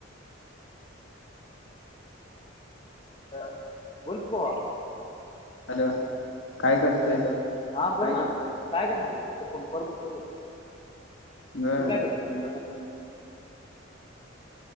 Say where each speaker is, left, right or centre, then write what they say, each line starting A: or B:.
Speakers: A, on the left; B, on the left.
A: अ बोल कि बवा.
B: हॅलो, काय करतोय
A: हॅलो, हा बोल ना काय करणार बाबू बंपर फुटलेली आहे.
B: बर
A: तू काय करतो?